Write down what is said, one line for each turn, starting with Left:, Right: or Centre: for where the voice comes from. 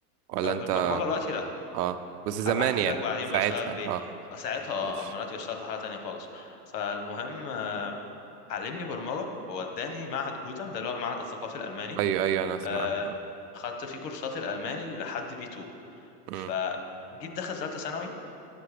Right: ولا
Left: فبالبرمجة
Right: انت
Left: دلوقتي لا
Right: اه بس زمان
Left: ابقى احكي
Right: يعني
Left: لك بعدين
Right: ساعتها
Left: بشتغل بايه
Right: اه
Left: ساعتها اه
Right: ماشي
Left: اما دلوقتي بشتغل في حاجة تانية خالص فالمهم آه، علمني برمجة ووداني معهد جوتا ده اللي هو المعهد الثقافي الألماني
Right: ايوه ايوه انا اسمع
Left: آه
Right: عنه اه
Left: خدت فيه كورسات الألماني لحد بي 2
Right: امم.
Left: فجيت داخل ثالثة ثانوي